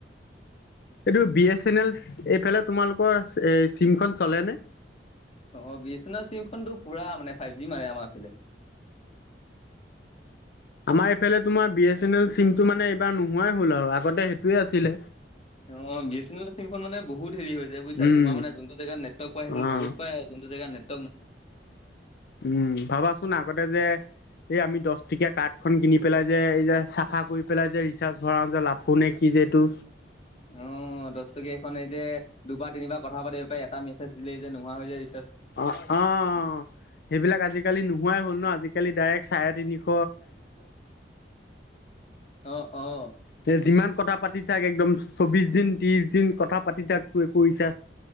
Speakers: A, on the left; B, on the left.
A: এইটো বি এছ এন এল। এইফালে তোমালোকৰ এ চিমখন চলেনে?
B: অ বি এ চেনেলৰ চিমখনতটো পুৰা মানে ফাইভ জি মাৰে আমাৰ এইফালে।
A: আমাৰ এইফালে তোমাৰ বি এছ এন এল চিমটো মানে এইবাৰ নোহোৱাই হ'ল আৰু আগতে সেইটোৱে আছিলে।
B: অ বি এছ চেলেনৰ চিমখন মান বহুত হেৰি হৈ য বুজিছা।
A: উম
B: তোমাৰ মানে যোনটো জেগাত নেটৱৰ্ক পায় সেইটো
A: অ'
B: বহুত পায় যোনটো জেগাত নে <unintelligible>
A: উম, ভাবাচোন আগতে যে এই আমি দছ তেতিয়া কাৰ্ডখনন কিনি পেলাই যে এই যে চাফা কৰি পেলাই যে ৰিচাৰ্জ ভৰাওঁ যে লাফো নে কি যে এইটো
B: অ দহকীয়া এইখন এই যে দুবাৰ তিনিবাৰ কথা পাতি পাৰে এটা মেছেজ দিলে এই যে নোহোৱা হৈ যে ।
A: অ অ অ সেইবিলাক আজিকালি নোহোৱাই হ'ল ন আজি জ খালি ডাইৰেক্ট চাৰে তিনিশ
B: অ', অ',
A: চাৰিশ যিমান কথা পাতি থাকে একদম চৌবিশ দিন ত্ৰিশ দিন কথা পাতি তাক কৰিছা